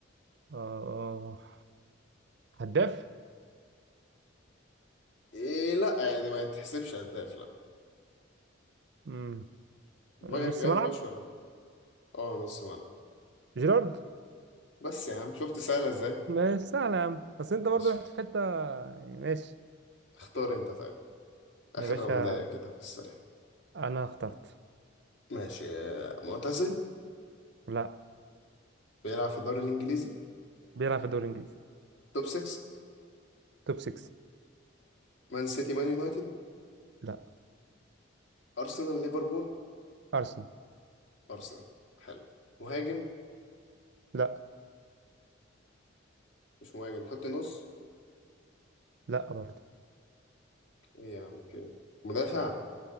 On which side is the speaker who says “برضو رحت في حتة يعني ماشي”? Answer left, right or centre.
Right